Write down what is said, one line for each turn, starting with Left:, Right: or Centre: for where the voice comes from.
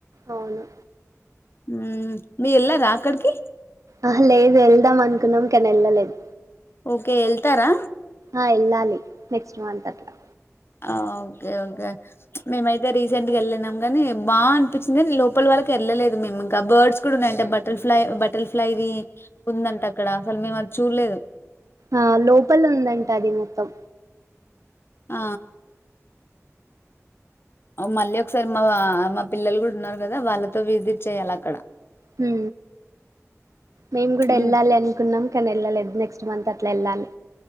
Right: అవును.
Left: ఉమ్ మీర్ ఎల్లారా అక్కడకీ.
Right: అహ లేద్ వెళ్దాం అనుకున్నం కానీ ఎళ్ళలేద్.
Left: ఓకే ఎళ్తారా.
Right: ఆ ఎళ్ళాలి నెక్స్ట్ మంత్ అట్లా.
Left: ఆ ఓకే ఓకే. ప్చ్మేమయితే రీసెంట్గా వెళ్ళినం గానీ బాగ అనిపించింది గాని లోపల వరకి ఎళ్ళలేదు మేము ఇంకా, బర్డ్స్ కూడా ఉన్నాయంట బటర్ఫ్లై బటర్ఫ్లైవీ ఉందంట అక్కడ అసల్ మేము అది చూడలేదు.
Right: ఆ లోపల ఉందంట అది మొత్తం.
Left: ఆ మళ్ళీ ఒకసారి మా మా పిల్లలు కూడ ఉన్నరు కదా వాళ్ళతో విజిట్ చెయాలి అక్కడా.
Right: హ్మ మేము కూడా
Left: ఇం-
Right: ఎళ్ళాలి అనుకున్నం. కానీ ఎళ్ళలేదు నెక్స్ట్ మంత్ అట్లా ఎళ్ళాలి.